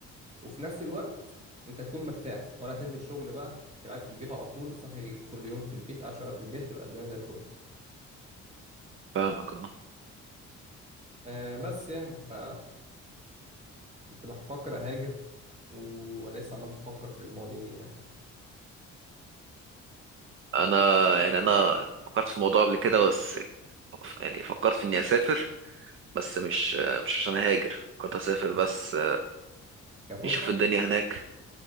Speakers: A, on the right; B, on the right.
A: وفي نفس الوقت أنت تكون مرتاح ولا تنزل شغل بقى تبقى قاعد في البيت على طول صحي كل يوم في البيت قاعد شغال في البيت تبقى الدنيا زي الفل
B: فاهمك اه.
A: آه، بس يعني ف كنت بفكر أهاجر وانا لسه عمال بفكر في المواضيع دي يعني
B: انا يعني انا فكرت في الموضوع قبل كده بس يعني فكرت في اني اسافر بس مش مش عشان هاجر فكرت اسافر بس
A: كفسحه
B: نشوف الدنيا هناك